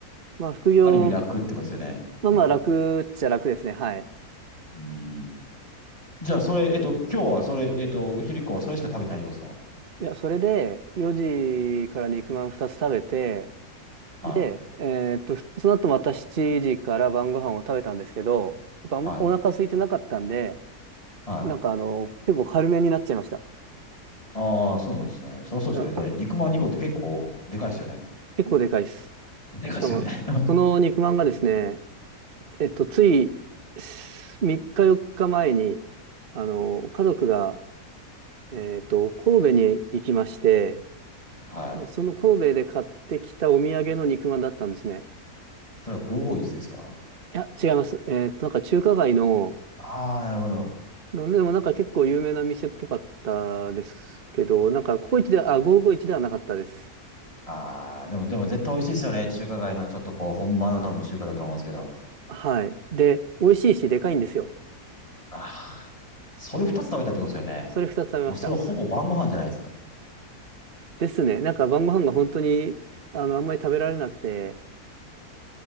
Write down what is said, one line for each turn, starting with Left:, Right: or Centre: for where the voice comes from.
Right: まあ、副業、
Left: ある意味楽ってことですよね。
Right: まあ、
Left: うん。
Right: まあ、楽っちゃ楽ですね。はい。
Left: うんじゃあ、それ、えっと、
Right: うん
Left: 今日はそれ、えっと、お昼以降はそれしか食べてないってことですか
Right: いや、それで4時から肉まん2つ食べて、
Left: はい。
Right: で、えーっと、その後また7時から晩ご飯を食べたんですけど、やっぱあんお腹空いてなかったんで、
Left: はい。はい。
Right: なんかあの、結構軽めになっちゃいました。
Left: ああ、そうなんですね。そりゃそうですよね。
Right: うん
Left: だって肉まん2個って結構でかいですよね。
Right: 結構でかいです。
Left: でかいですよね。
Right: しかも、
Left: <laughs>
Right: その肉まんがですね、えっと、つい3日4日前に、あの、家族が、えっと、神戸に行きまして、
Left: はい。
Right: でその神戸で買ってきたお土産の肉まんだったんですね。
Left: それは551ですか
Right: いや、違います。えっと、なんか中華街の、
Left: ああ、なるほど。
Right: でもなんか結構有名な店っぽかったですけど、なんかココイチで、あ、551ではなかったです。
Left: ああ、でも、でも絶対美味しいですよね。中華街のちょっとこう、本場の多分中華だと思うんですけど。
Right: はい。で、美味しいし、でかいんですよ。
Left: ああ、それ2つ食べたってことですよね。
Right: それ2つ食べました。
Left: もうそれほぼ晩ご飯じゃないですか。
Right: ですね。なんか晩ご飯が本当に、あの、あんまり食べられなくて、